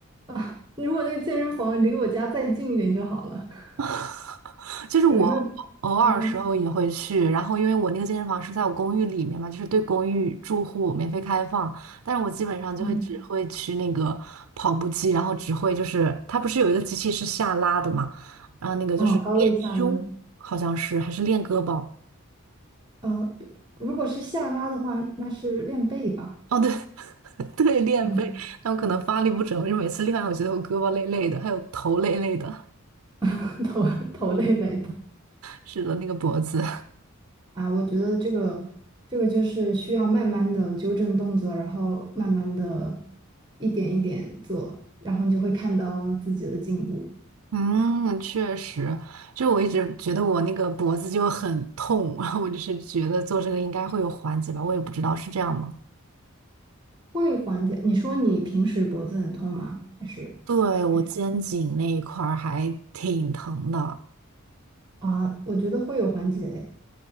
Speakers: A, on the right (about 20°); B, on the right (about 85°).
A: 啊，如果那个健身房离我家再近一点就好了。<laughs>
B: <laughs> 就是我
A: 有时候，
B: 偶尔时候也会去，
A: 嗯
B: 然后因为我那个健身房是在我公寓里面嘛，就是对公寓住户免费开放，但是我基本上就会只会去那个跑步机，
A: 嗯，
B: 然后只会就是它不是有一个机器是下拉的嘛，然后那个就是练胸，
A: 哦，高位下拉，
B: 好像是还是练胳膊，
A: 呃，如果是下拉的话，那是练背吧。
B: 哦对 <laughs> 对练背，
A: 嗯，
B: 但我可能发力不准，我就每次练完我觉得我胳膊累累的，还有头累累的，
A: <laughs> 头头累累的。
B: 是的那个脖子。
A: 啊，我觉得这个这个就是需要慢慢的纠正动作，然后慢慢的一点一点做，然后你就会看到自己的进步，
B: 嗯，确实，就我一直觉得我那个脖子就很痛，然后我就是觉得做这个应该会有缓解吧，我也不知道是这样吗？
A: 会缓解。你说你平时脖子很痛吗？还是
B: 对，我肩颈那一块儿还挺疼的
A: 还是啊？我觉得会有缓解的，